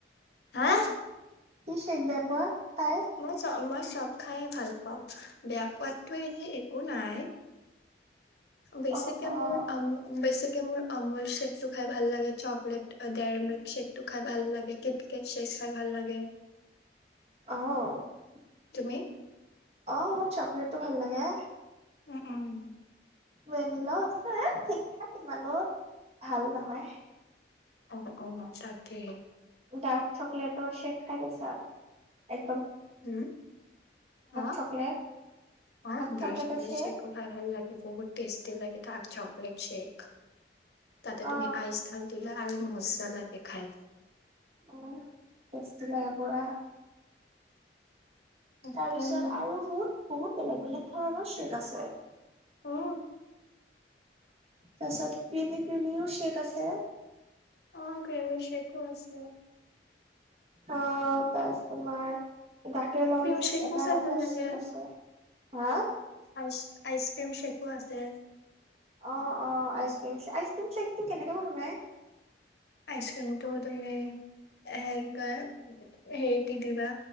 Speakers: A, on the left; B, on the right.
A: হাঁ?
B: কি চেক বেয়া পোৱা? খাই?
A: মই চ মই চব চব খাইয়ে ভাল পাওঁ বেয়া পোৱাতটো এনেই একো নাই। বেছিকে
B: অ', অ',
A: মোৰ অম বেছিক কে মোৰ অমুল চেকটো খাই ভাল লাগে, চকলেট ডেৰী মিল্ক চেকটো খাই ভাল লাগে, কিট কেট চেক খাই ভাল লাগে।
B: অঁ।
A: তুমি?
B: অঁ মোৰ চকলেটটো ভাল লাগে।
A: উম উম
B: ভেনিলাও আছে ঠিক ঠাক ইমানো ভাল নহয়।
A: অঁ অঁ তাকেই।
B: ডাৰ্ক চক লেটৰ চেক খাই পাইছা? এ
A: উম? হাঁ?
B: চকলেট
A: হাঁ
B: চকলেটৰ
A: ডাৰ্ক চকলেট
B: শ্বেক
A: চেকো ভ ভাল লাগে বহুত টেষ্টি লাগে। Dark chocolate shake. তাতে
B: অ
A: তুমি আইচ ঢাল দিলা আৰু মজ্জা লাগে খাই।
B: অঁ ষ্টেটি লাগে। পৰা
A: একদম
B: তাৰপিছত আৰু বহুত বহুত বেলেগ বেলেগ ধৰণৰ শেগ আছে।
A: অ
B: তাৰপিছত ক্ৰিমি ক্ৰিমিও শ্বেক আছে।
A: অ ক্ৰিমি শেকো আছে।
B: অ বচ তোমাৰ। গাখীৰৰ লগত
A: ক্ৰীম
B: মিক্স
A: শ্বেকো
B: এটা
A: খাই
B: এটা
A: ভাল লাগেচ
B: শ্বেক আছে হা
A: আইচ ক্ৰীম শ্বেকো আছে
B: অ অ আইচ ক্ৰীম আইচ কৰিম শ্বেকটো কেনেকে বনাই
A: আইচক্ৰীমটো তুমি হে কি কয় হেৰিত দি দিবা